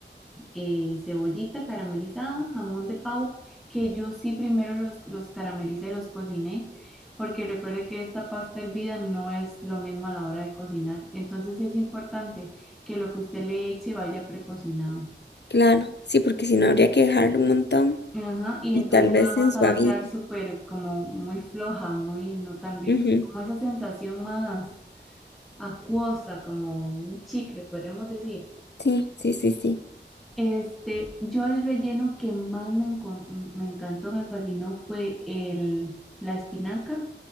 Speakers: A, in the centre; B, on the left.
A: eh, cebollita caramelizada, jamón de pavo, que yo sí primero los, los caramelicé, los cociné, porque recuerde que esta pasta hervida no es lo mismo a la hora de cocinar. Entonces sí es importante que lo que usted le eche vaya precocinado.
B: Claro, sí, porque si no habría que dejarlo un montón
A: Ajá, y
B: y
A: entonces
B: tal vez
A: ya la
B: se
A: masa
B: suavice.
A: va a quedar súper como muy floja, muy no tan rica,
B: Ujú,
A: como esa sensación más acuosa, como un chicle, podríamos decir.
B: Sí, sí, sí, sí.
A: Este, yo el relleno que más me, encon- me encantó, me fascinó fue el, la espinaca